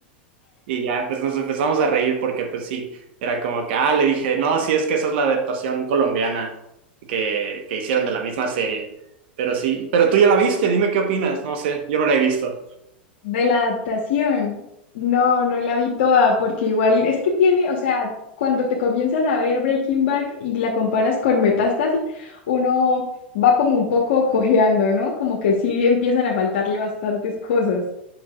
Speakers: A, on the right; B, on the left.
A: Y ya, pues nos empezamos a reír porque, pues sí, era como que, ah, le dije, no, sí, es que esa es la adaptación colombiana que, que hicieron de la misma serie. Pero sí, pero tú ya la viste, dime qué opinas, no sé, yo no la he visto.
B: De la adaptación. No, no la vi toda, porque igual es que tiene, o sea, cuando te comienzas a ver Breaking Bad y la comparas con Metástasis, uno va como un poco cojeando, ¿no? Como que sí empiezan a faltarle bastantes cosas.